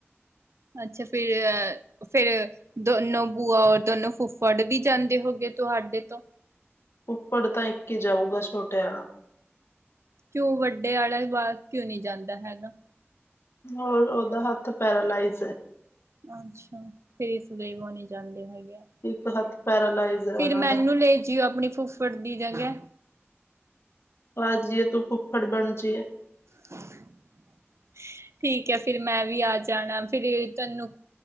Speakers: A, on the right; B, on the left.
A: ਅੱਛਾ, ਫੇਰ ਇਹ ਫਿਰ ਦੋਨੋਂ ਬੂਆ ਔਰ ਦੋਨੋਂ ਫੁੱਫੜ ਵੀ ਜਾਂਦੇ ਹੋਗੇ, ਤੁਹਾਡੇ ਤੋਂ।
B: ਫੁੱਫੜ ਤਾਂ ਇੱਕ ਈ ਜਾਊਗਾ, ਛੋਟੇ ਆਲਾ।
A: ਕਿਉਂ ਵੱਡੇ ਆਲਾ ਜਵਾ, ਕਿਉਂ ਨੀ ਜਾਂਦਾ ਹੈਗਾ।
B: ਮੋਏ, ਉਹਦਾ ਹੱਥ ਪੈਰਾਲਾਈਜ਼ ਐ।
A: ਅੱਛਾ, ਫਿਰ ਇਸ ਲਈ ਉਹ ਨਹੀਂ ਜਾਂਦੇ ਹੈਗੇ ਆ।
B: ਇੱਕ ਹੱਥ ਪੈਰਾਲਾਈਜ਼ ਹੈ
A: ਫਿਰ
B: ਉਹਨਾਂ
A: ਮੈਨੂੰ
B: ਦਾ
A: ਲੇ ਜਿਓ, ਆਪਣੀ ਫੁੱਫੜ ਦੀ ਜਗ੍ਹਾ।
B: ਆ ਜੀਏ, ਤੂੰ ਫੁੱਫੜ ਬਣ ਜੀਏ।
A: <inaudible>
B: <inaudible>
A: ਠੀਕ ਐ ਫਿਰ ਮੈਂ ਵੀ ਆ ਜਾਣਾ, ਫਿਰ ਤੈਨੂੰ